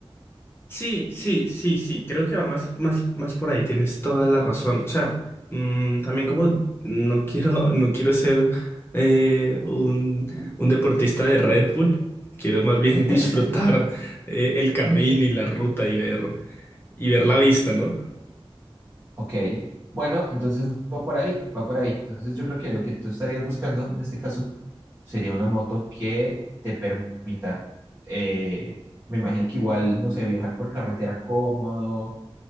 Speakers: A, on the left; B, on the right.
A: Sí, sí, sí, sí, creo que va más, más, más por ahí, tienes toda la razón. O sea, mm, también como no quiero, no quiero ser eh, un, un deportista de Red Bull, quiero más bien
B: <laughs>
A: disfrutar eh, el camino y la ruta y ver, y ver la vista, ¿no?
B: Ok. Bueno, entonces va por ahí, va por ahí. Entonces yo creo que lo que tú estarías buscando en este caso sería una moto que te permita, eh, me imagino que igual, no sé, viajar por carretera cómodo,